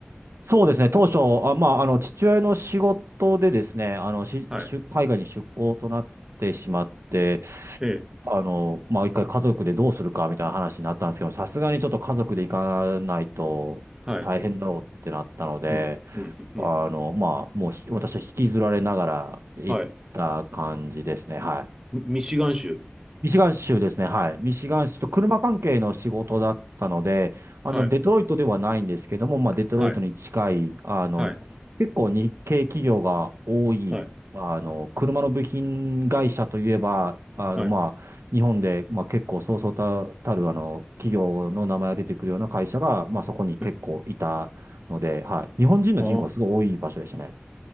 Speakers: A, on the right; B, on the right.
A: そうですね。当初、あ、まあ、あの、父親の仕事でですね、あの、し、
B: はい。
A: 出海外に出向となってしまって、
B: ええ
A: あの、まあ、一回家族でどうするかみたいな話になったんですけど、さすがにちょっと家族で行かないと大変だろうってなったので、
B: はい。うん、うん、うん。
A: あの、まあ、もうひ私は引きずられながら行った感じですね。
B: はい。
A: はい。
B: ミミシガン州。
A: ミシガン州ですね。はい。ミシガン州と車関係の仕事だったので、あの、
B: はい、
A: デトロイトではないんですけども、まあ、デトロイトに近い、
B: はい、
A: あの、
B: はい、
A: 結構日系企業が多い、
B: はい、
A: あの、車の部品会社といえば、あの、
B: はい。
A: まあ、日本で、まあ、結構そうそうた、たる、あの、企業の名前が出てくるような会社が、まあ、そこに結構いたので、
B: え
A: はい。日本人の人口はすごい多い場所でしたね。
B: あ、